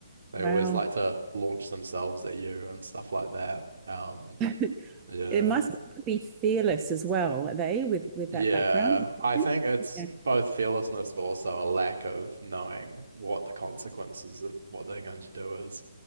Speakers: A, on the right (about 65°); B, on the right (about 20°).
A: they
B: Wow.
A: always like to launch themselves at you and stuff like that. Um,
B: <laughs>
A: yeah.
B: It must be pretty fearless as well, are they, with with
A: Yeah.
B: that background?
A: I think it's
B: Yeah.
A: both fearlessness, but also a lack of knowing what the consequences of what they're going to do is.